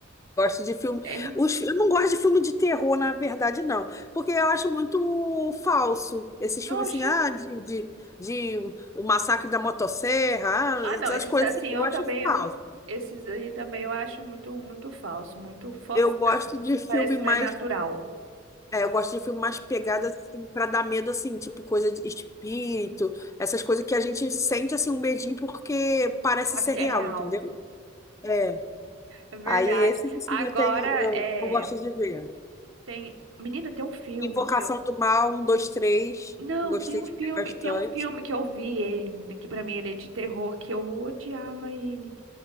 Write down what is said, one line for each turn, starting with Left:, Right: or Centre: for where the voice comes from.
Left: gosto de filme.
Right: Hein?
Left: Os, eu não gosto de filme de terror, na verdade, não, porque eu acho muito falso. Esses filmes,
Right: Oxi.
Left: assim, ah, de, de, de o massacre da motosserra, ah,
Right: Ah, não,
Left: essas
Right: esses
Left: coisas,
Right: assim
Left: assim,
Right: eu
Left: eu gosto
Right: também
Left: de falso.
Right: eu não. Esses aí também eu acho muito, muito falso, muito forçado.
Left: Eu gosto de filme
Right: Parece que
Left: mais
Right: não é natural.
Left: É, eu gosto de filme mais pegada, assim, pra dar medo, assim, tipo coisa de espírito, essas coisas que a gente sente, assim, um medinho porque parece
Right: Sabe
Left: ser
Right: que
Left: real,
Right: é real.
Left: entendeu? É.
Right: É verdade.
Left: Aí esses, assim,
Right: Agora,
Left: eu tenho, eu,
Right: é,
Left: eu gosto de ver.
Right: tem. Menina, tem um filme
Left: Invocação
Right: que
Left: do Mal, um, dois, três.
Right: Não,
Left: Gostei
Right: tem um
Left: de
Right: filme,
Left: ver bastante.
Right: tem um filme que eu vi ele, menina, que pra mim ele é de terror, que eu odiava ele.